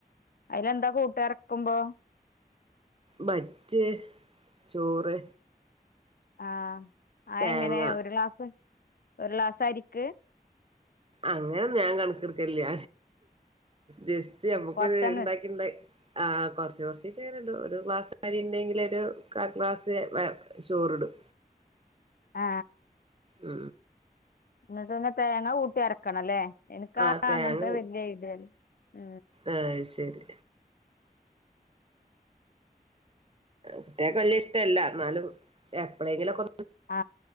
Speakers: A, on the left (about 65°); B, on the right (about 35°).
A: അയിലെന്താ കൂട്ട എറക്കുമ്പോ?
B: ബറ്റ് ചോറ്.
A: ആ അയെങ്ങനെ
B: തേങ്ങ
A: ഒരു ഗ്ലാസ് ഒരു ഗ്ലാസ് അരിക്ക്.
B: അങ്ങനെ ഞാൻ കണക്കെടുക്കലില്ല. ജസ്റ്റ് നമ്മുക്കൊര്
A: കൊറച്ചെണ്ണ
B: ഇണ്ടാക്കി
A: എടു
B: ണ്ടാക്കി ആ കൊറച്ച് കൊറച്ചീച്ചങ്ങനെ ഇടും ഒരു ഗ്ലാ <unintelligible> കാൽഗ്ലാസ് ചോറിടും.
A: ആ
B: മ്
A: <unintelligible> തേങ്ങ കൂട്ടി അരക്കണം ല്ലേ ഇനിക്കാ
B: ആഹ് തേങ്ങ
A: അങ്ങനത്തെ വല്ല്യ ഐഡ്യല്ല മ്
B: ആഹ് ശരി. കുട്ട്യാക്ക് വല്യ ഇഷ്ടല്ല ന്നാലും എപ്പളേങ്കിലൊക്കെ
A: ആ